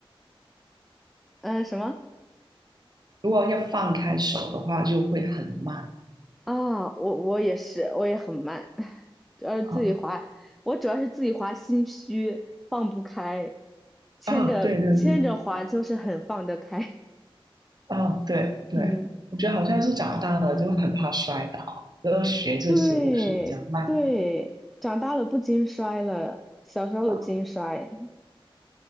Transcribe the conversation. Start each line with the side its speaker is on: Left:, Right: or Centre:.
Centre: 嗯、什么
Right: 如果要放开手的话，就会很慢
Centre: 啊？我我也是，我也很慢，<laughs> 主要是自己滑，
Right: 啊
Centre: 我主要是自己滑心虚，放不开，牵着牵着滑就是很放得开。
Right: 啊！对对对，啊对对，
Centre: <laughs> 嗯，
Right: 我觉得好像是长大了就很怕摔倒，然后学这些都是比较慢的。
Centre: 对对，长大了不经摔了，小时候经摔
Right: 啊